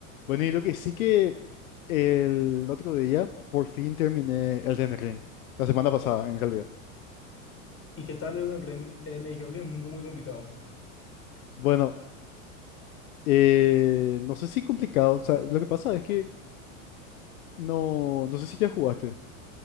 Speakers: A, on the left; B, on the left.
A: Bueno, y lo que sí que el otro día por fin terminé Elden Ring, la semana pasada en realidad.
B: ¿Y qué tal Elden Ring? Eh, me dijeron que es muy complicado.
A: Bueno, eh, no sé si complicado, o sea, lo que pasa es que no, no sé si ya jugaste.